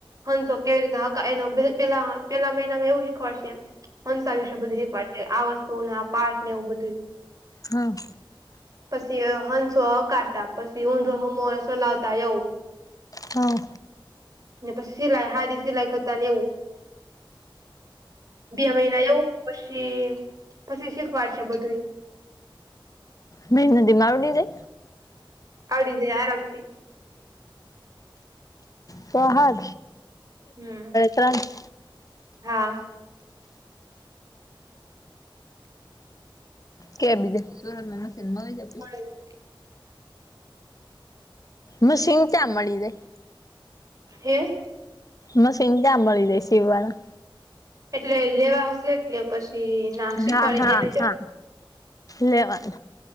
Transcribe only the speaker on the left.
હા.
હા.
મે નદી
<unintelligible> તો હા
<unintelligible>
કે બીજે સુરતમાં મશીન મળી જા
મશીન ચા મળી જાય.
મશીન ચા મળી જાય સીવાના
હા હા
હા લેવા